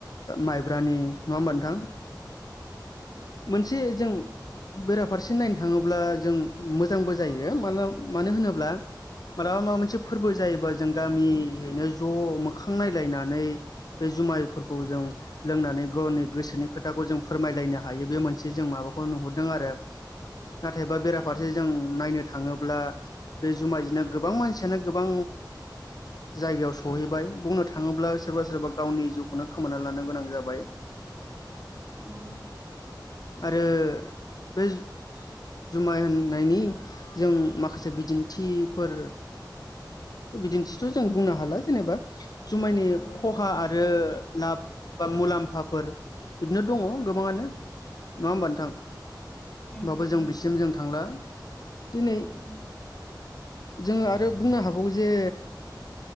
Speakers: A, on the left (about 55°); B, in the centre.
A: माइब्रानि नङा होमबा नोंथां मोनसे जों बेराफारसे नायनो थाङोब्ला जों मोजांबो जायो माला मानो होनोब्ला मालाबा माबा मोनसे फोरबो जायोबा जों गामियैनो ज' मोखां नायलायनानै बे जुमायफोरखौ खौ जों लोंनानै गनि गोसोनि खोथाखौ जों फोरमायलायनो हायो बे मोनसे जों माबाखौ नुहरदों आरो नाथायबा बेराफारसे
B: ए
A: जों नायनो थाङोब्ला बे जुमाय जोंनो गोबां मानसियानो गोबां जायगायाव सहैबाय बुंनो थाङोब्ला सोरबा सोरबा गावनि जिउखौनो खोमाना लानो गोनां जाबाय
B: औ
A: आरो बे जुमाय होननायनि जों माखासे बिदिन्थिफोर बिदिन्थिथ' जों बुंनो हाला जेनेबा जुमायनि खहा आरो लाब बा मुलाम्फाफोर बिदिनो दंङ गोबाङानो नङा होमबा नोंथां होनबाबो
B: उम उम
A: जों
B: उम
A: बिसिम
B: औ
A: जों थांला दिनै
B: उम उम
A: जोङो आरो बुंनो हागौ जे